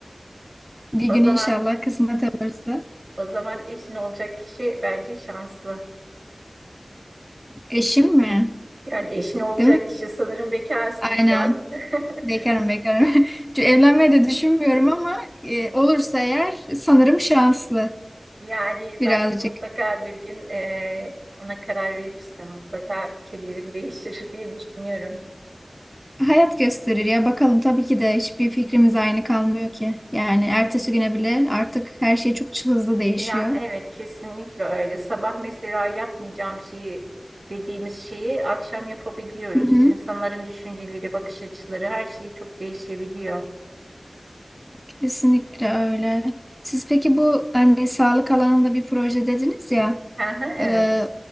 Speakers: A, in the centre; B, on the right (about 65°).
A: <laughs> Bir
B: O
A: gün
B: zaman
A: inşallah kısmet olursa.
B: o zaman eşin olacak kişi bence şanslı.
A: Eşim mi?
B: Yani eşin olacak
A: Değil mi?
B: kişi sanırım bekarsın
A: Aynen.
B: şu an. <laughs>
A: Bekarım bekarım. <laughs> Çünkü Evlenmeyi de düşünmüyorum ama e, olursa eğer sanırım şanslı
B: Yani
A: birazcık.
B: bence mutlaka bir gün eee, ona karar verirsin. Mutlaka fikirlerin değişir <laughs> diye düşünüyorum.
A: Hayat gösterir ya bakalım tabii ki de hiçbir fikrimiz aynı kalmıyor ki. Yani ertesi güne bile artık her şey çok hızlı değişiyor.
B: Ya evet kesinlikle öyle. Sabah mesela yapmayacağım şeyi dediğimiz şeyi akşam yapabiliyoruz.
A: Hı hı.
B: İnsanların düşünceleri, bakış açıları her şeyi çok değişebiliyor.
A: Kesinlikle öyle. Siz peki bu hani sağlık alanında bir proje dediniz ya,
B: Hı hı, evet.
A: e,